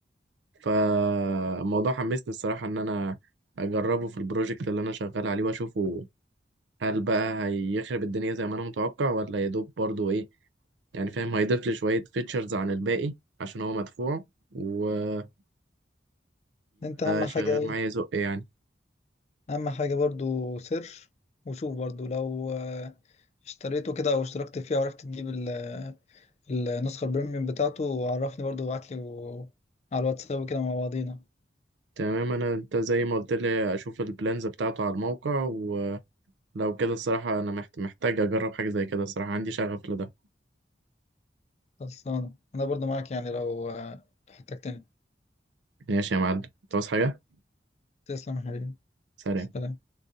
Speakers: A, on the right; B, on the left.
A: فالموضوع حمسني الصراحة ان انا اجربه في البروجكت اللي انا شغال عليه واشوفه هل بقى هيخرب الدنيا زي ما انا متوقع ولا يدوب برضو ايه يعني فاهم هيضيف لي شوية فيتشرز عن الباقي عشان هو مدفوع ويبقى
B: انت اهم حاجة
A: شغال
B: ايه
A: معايا زق يعني
B: اهم حاجة برضو سيرش وشوف برضو لو آه، اشتريته كده او اشتركت فيه وعرفت تجيب ال- النسخة البريميوم بتاعته وعرفني برضو وابعتلي و- على الواتساب كده مع بعضينا
A: تمام انا انت زي ما قلت لي اشوف البلانز بتاعته على الموقع ولو كده الصراحة انا محت- محتاج اجرب حاجة زي كده الصراحة عندي شغف لده
B: خلصانة انا برضو معاك يعني لو آه، لو احتجتني
A: ماشي يا معلم انت عاوز حاجة
B: تسلم يا حبيبي
A: سلام
B: سلام